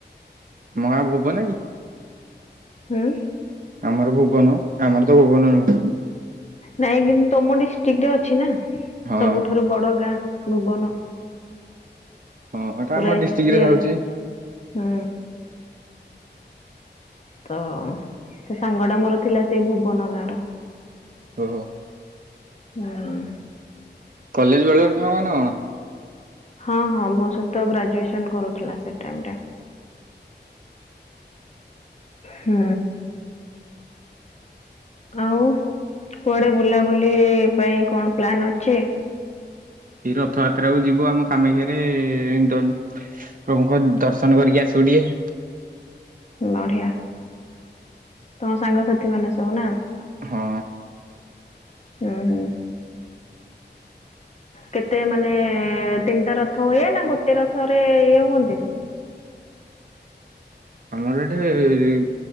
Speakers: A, on the right (about 50°); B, on the left (about 40°).
A: ଆମଗାଁ ଭୁବନନ କି?
B: ହୁଁ।
A: ଆମର ଭୁବନ ଆମର ତ ଭୁବନ ନୁହୁଁ।
B: ନାଇଁ କିନ୍ତୁ ତମ ଡିଷ୍ଟ୍ରିକ୍ଟ ରେ ଅଛି ନା
A: ହଁ
B: ସବୁଠାରୁ ବଡ ଗାଁ ଭୁବନ।
A: ହଁ ହ ଏଟା
B: ପୁରା
A: ଆମ
B: ଏସିଆରେ
A: ଡିଷ୍ଟ୍ରିକ୍ଟ ରେ ଯାଉଛି
B: ହୁଁ। ତ ସେ ସାଙ୍ଗ ଟା ମୋର ଥିଲା ସେଇ ଭୁବନ ଗାଁର।
A: ଓହୋ।
B: ହୁଁ।
A: କଲେଜ ବେଳରେ ସାଙ୍ଗ ନା କଣ?
B: ହଁ ହଁ ମୋ ସହିତ ଗ୍ରାଜୁଏସନ କରୁଥିଲା ସେ ଟାଇମରେ। ହୁଁ। ଆଉ କୁଆଡେ ବୁଲାବୁଲି ପାଇଁ କଣ ପ୍ଲାନ ଅଛି?
A: ଏ ରଥଯାତ୍ରା କୁ ଯିବୁ ଆମ କାମାକ୍ଷାରେ ଦ ପ୍ରମୁଖ ଦର୍ଶନ କରିକି ଆସିବୁ ଟିକଏ
B: ବଢିଆ ତମ ସାଙ୍ଗସାଥି ମାନେ ସବୁ ନା
A: ହଁ
B: ହୁଁ ହୁଁ କେତେ ମାନେ ତିନିଟା ରଥ ହୁଏ ନା ଗୋଟେ ରଥରେ ଇଏ ହୁଅନ୍ତି।
A: ଆମର ଏଠେ